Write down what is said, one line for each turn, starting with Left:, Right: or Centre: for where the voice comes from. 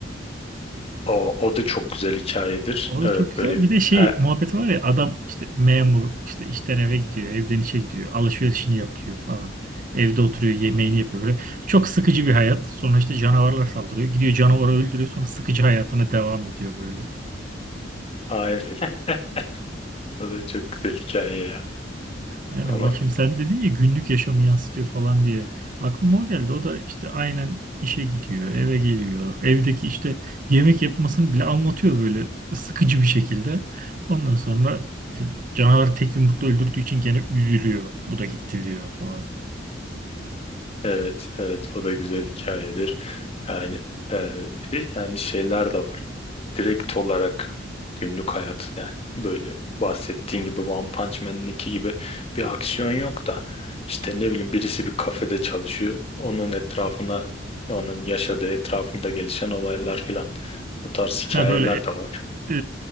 Left: O, o da çok güzel hikayedir.
Right: O
Left: Evet
Right: da çok güzel.
Left: böyle
Right: Bir
Left: bir...
Right: de şey
Left: E,
Right: muhabbet var ya adam işte memur işte işten eve gidiyor, evden işe gidiyor, alışverişini yapıyor falan. Evde oturuyor, yemeğini yapıyor böyle. Çok sıkıcı bir hayat. Sonra işte canavarlar saldırıyor. Gidiyor canavarı öldürüyor. Sonra sıkıcı hayatına devam ediyor böyle.
Left: aynen. <laughs> O da çok güzel hikaye ya.
Right: Aynen
Left: Ama
Right: bak şimdi sen dedin ya günlük yaşamı yansıtıyor falan diye. Aklıma o geldi. O da işte aynen işe gidiyor, eve geliyor. Evdeki işte yemek yapmasını bile anlatıyor böyle sıkıcı bir şekilde. Ondan sonra canavar tek yumrukla öldürdüğü için gene üzülüyor. Bu da gitti diyor falan.
Left: Evet, evet o da güzel hikayedir. Yani e, bir de yani şeyler de var. Direkt olarak günlük hayat yani böyle bahsettiğin gibi One Punch Man'inki gibi bir aksiyon yok da işte ne bileyim birisi bir kafede çalışıyor. Onun etrafına onun yaşadığı etrafında gelişen olaylar filan bu tarz hikayeler
Right: Ha böyle
Left: de var.
Right: e,